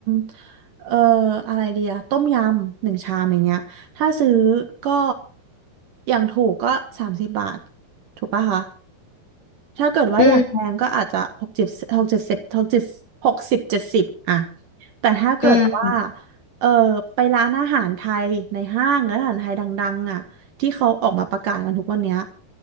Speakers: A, on the right; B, on the left.
A: ำ เอ่ออะไรเดียต้มยำหนึ่งชามอย่างเงี้ย ถ้าซื้อก็ อย่างถูกก็สามสิบบาทถูกปะคะ ถ้าเกิดว่าอย่างแพงก็อาจจะหกเจ็ดหกเจ็ดสิบหกเจ็ดหกสิบเจ็ดสิบอะ
B: อืม
A: แต่ถ้าเกิดว่า
B: อืม
A: เออไปร้านอาหารไทยในห้างร้านอาหารไทยดังๆอ่ะที่เขาออกมาประกาศกันทุกวันเนี้ย